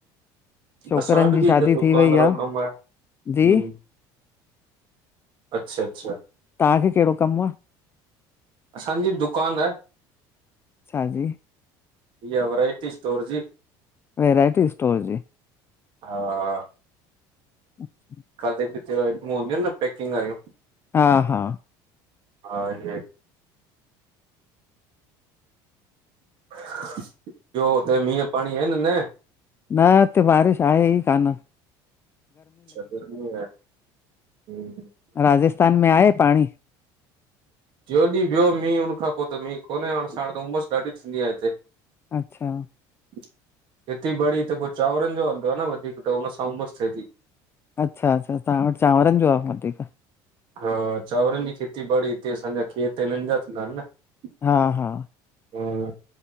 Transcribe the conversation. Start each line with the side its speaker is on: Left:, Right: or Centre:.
Left: छोकिरनि
Right: असां वटि
Left: जी
Right: बि
Left: शादी
Right: हिते दुकान
Left: थी वई
Right: वारो
Left: आ
Right: कमु आहे
Left: जी
Right: हम्म। अच्छा- अच्छा
Left: तहांखे कहिड़ो कमु आ?
Right: असांजी बि दुकानु आहे।
Left: छा जी
Right: इह्या वैरायटी स्टोर जी।
Left: वैरायटी स्टोर जी।
Right: हा।
Left: अच्छा।
Right: खाधे पीते वारी <unintelligible> हूंदियूं इनि न पैकिंग वारियूं।
Left: हा -हा।
Right: हा इह्ये। ॿियो, हुते मींहं पाणी आहिन न?
Left: न हिते बारिश आहेई कान्ह।
Right: अच्छा गर्मी आ, हम्म
Left: राजस्थान में आहे पांणी?
Right: ट्रियोंॾींहुं पियो मींहु, उन खां पो त मींहु कोन्हे, हांण सांण त उमसि ॾाढी थींदी आ हिते।
Left: अच्छा।
Right: खेती बाड़ी हिते पो चांवरनि जो हलदो आ न वधीक त हुन सां उमसि थिये ती।
Left: अच्छा- अच्छा, तव्हां वटि चांवरनि जो आ वधीक?
Right: हा चांवरनि जी खेती बाड़ी, हिते असांजा खेत हिननि जा थींदा हिनि न।
Left: हा -हा
Right: हम्म,